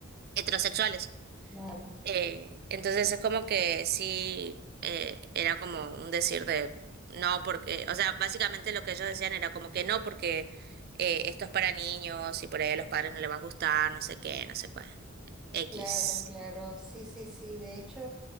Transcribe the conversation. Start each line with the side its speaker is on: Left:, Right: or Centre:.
Right: heterosexuales.
Centre: Claro.
Right: Eh, entonces es como que sí, eh, era como un decir de no, porque, o sea, básicamente lo que ellos decían era como que no, porque eh, esto es para niños y por ahí a los padres no les va a gustar, no sé qué, no sé cuál. X.
Centre: Claro, claro, sí, sí, sí, de hecho,